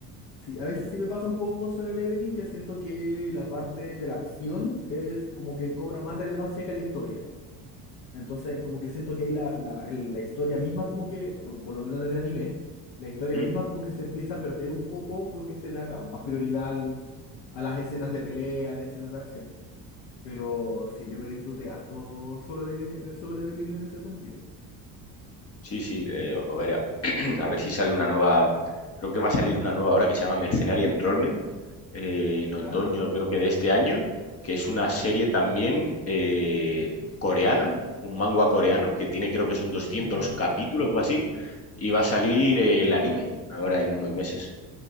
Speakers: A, on the left (about 70°); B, on the left (about 35°).
A: sí, a veces sí me pasa un poco con Solo Leveling, que siento que la parte de la acción es como que cobra más relevancia que la historia. Entonces, como que siento que ahí la, la, el- la historia misma, como que, por, por lo menos en el anime, la historia
B: ¿Mm?
A: misma como que se empieza a perder un poco porque se le da, claro, más prioridad al- a las escenas de pelea, a las escenas de acción. Pero sí, yo me disfruté harto solo leveling, el solo leveling en ese sentido.
B: Sí, sí, eh, a ver, a, <clears throat> a ver si sale una nueva, creo que va a salir una nueva ahora que se llama Mercenary Enrollment, eh, en otoño
A: ¿Ya?
B: creo que de este año, que es una serie también eh, coreana, un manga coreano, que tiene creo que son doscientos
A: Mm,
B: capítulos o así, y va a salir eh, el anime ahora en unos meses,